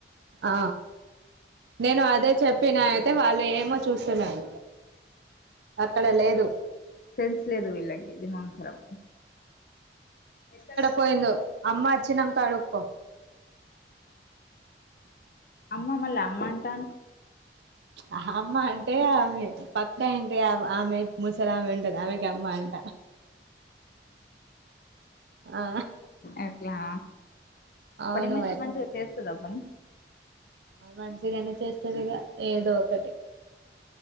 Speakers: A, on the right; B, on the left.
A: ఆ నేను అదే చెప్పినా అయితే వాళ్ళు ఏమో చూస్తున్నారు అక్కడ లేదు
B: సెన్స్ లేదు వీళ్ళకి దిమాగఖరాబ ఎక్కడ
A: పోయిందో
B: పోయి
A: అమ్మ వచ్చినంక అడుక్కో
B: అమ్మ మల్ల అమ్మటాండ్రు
A: అ అమ్మ అంటే ఆమె పక్కా అంటే ఆమె ముసలమె ఉంటది ఆమెకి అమ్మ అంట ఆ
B: ఎట్లా
A: అవును
B: పని మనిషి మంచిగా చేస్తదా పని
A: ఆ మంచిగానే చేస్తదిగా ఏదో ఒకటి